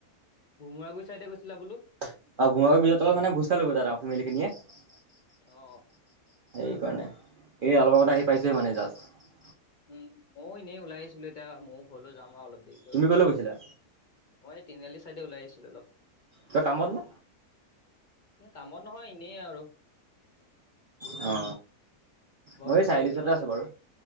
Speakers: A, on the left (about 45°); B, on the right (about 80°).
A: ভোমুৰাগুৰি চাইডে গৈছিলা বোলো।
B: আৰু ভোমোৰা ব্ৰিজৰ তলত মানে ভোজ খাবলে গৈ মিনে সেই
A: অ
B: কাৰণে এই অলপ আগতে আহি পাইছোহে মানে জাষ্ট
A: উম মইয়ো এনেই ওলাই আহিছিলো এতিয়া মইয়ো ঘৰলৈ যাম আৰু অলপ দেৰিকৈ।
B: তুমি ক'লৈ গৈছিলা
A: মই তিনাআলি চাইডে ওলাই আছিলো অলপ
B: তই কামত নে
A: কামত নহয় এনেই আৰু।
B: অ।
A: ঘৰত
B: মই এই
A: থাকি
B: চাৰিআলিচতে
A: থাকি কিমান
B: আছো
A: থাকিম,
B: বাৰু